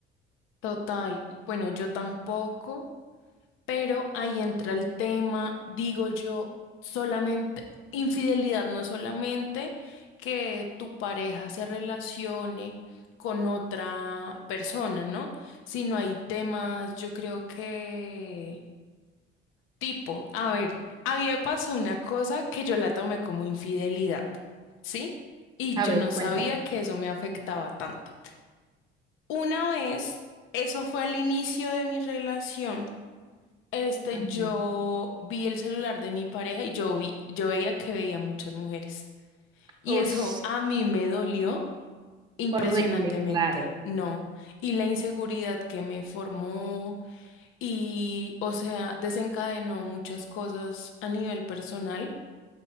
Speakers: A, on the left (about 75°); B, on the right (about 20°).
A: Total. Bueno, yo tampoco. Pero ahí entra el tema, digo yo, solamente, infidelidad no es solamente que tu pareja se relacione con otra persona, ¿no? Sino hay temas, yo creo que tipo, a ver, a mí me pasó una cosa que yo la tomé como infidelidad, ¿sí? Y
B: A
A: yo
B: ver,
A: no
B: cuenta.
A: sabía que eso me afectaba tanto. Una vez, eso fue al inicio de mi relación. Este,
B: Ujú.
A: yo vi el celular de mi pareja y yo vi, yo veía que veía muchas mujeres. Y
B: Ush,
A: eso a mí me dolió impresionantemente,
B: horrible, claro.
A: no. Y la inseguridad que me formó y, o sea, desencadenó muchas cosas a nivel personal,